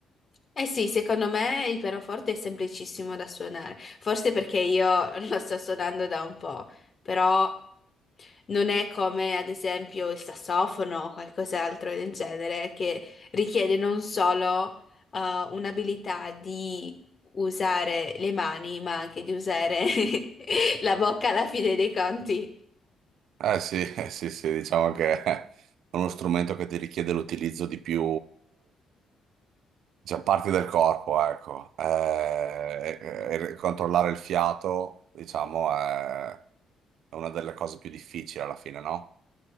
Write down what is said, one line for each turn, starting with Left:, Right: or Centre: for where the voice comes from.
Left: Eh sì, secondo me il pianoforte è semplicissimo da suonare, forse perché io <laughs> lo sto suonando da un po', però non è come ad esempio il sassofono o qualcos'altro del genere che richiede non solo eh, un'abilità di usare le mani, ma anche di usare <laughs> la bocca alla fine dei conti.
Right: Eh sì, <laughs> eh sì, sì, diciamo che è uno strumento che ti richiede l'utilizzo di più, cioè, parti del corpo, ecco. Eh, e- e controllare il fiato, diciamo, è è una delle cose più difficili alla fine, no?